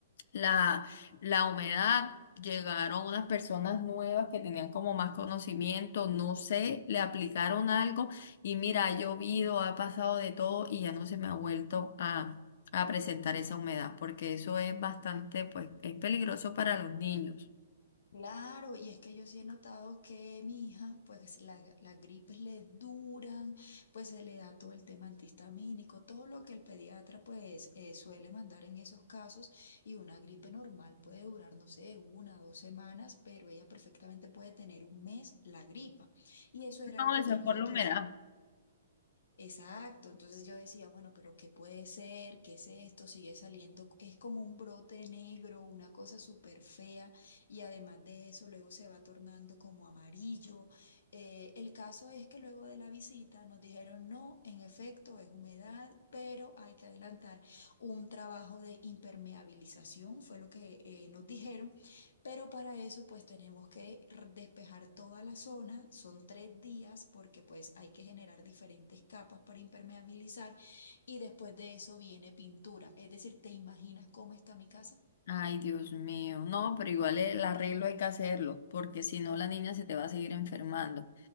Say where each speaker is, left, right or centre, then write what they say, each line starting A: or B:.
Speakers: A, on the left; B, on the left.
A: la, la humedad, llegaron unas personas nuevas que tenían como más conocimiento, no sé, le aplicaron algo y mira, ha llovido, ha pasado de todo y ya no se me ha vuelto a, a presentar esa humedad, porque eso es bastante, pues, es peligroso para los niños.
B: Claro, y es que yo sí he notado que mi hija, pues la- las gripes le duran, pues se le da todo el tema antihistamínico, todo lo que el pediatra pues eh, suele mandar en esos casos, y una gripe normal puede durar, no sé, una o dos semanas, pero ella perfectamente puede tener un mes la gripa. Y eso era
A: No,
B: algo
A: esa
B: que nosotros
A: es por la humedad.
B: Exacto, entonces yo decía, bueno, pero ¿qué puede ser? ¿Qué es esto? Sigue saliendo, es como un brote negro, una cosa súper fea y además de eso luego se va tornando como amarillo. Eh, el caso es que luego de la visita nos dijeron, no, en efecto es humedad, pero hay que adelantar un trabajo de impermeabilización, fue lo que eh, nos dijeron. Pero para eso pues tenemos que r- despejar toda la zona, son tres días porque pues hay que generar diferentes capas para impermeabilizar y después de eso viene pintura. Es decir, ¿te imaginas cómo está mi casa?
A: Ay, Dios mío. No, pero igual el arreglo hay que hacerlo, porque si no la niña se te va a seguir enfermando.